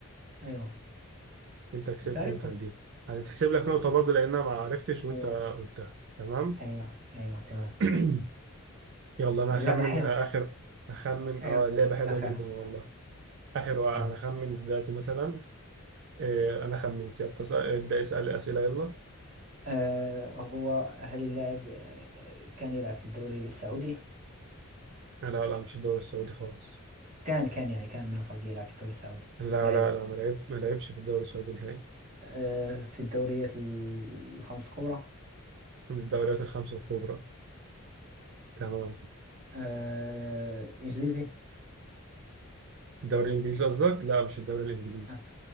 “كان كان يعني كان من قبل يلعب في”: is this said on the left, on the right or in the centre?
Right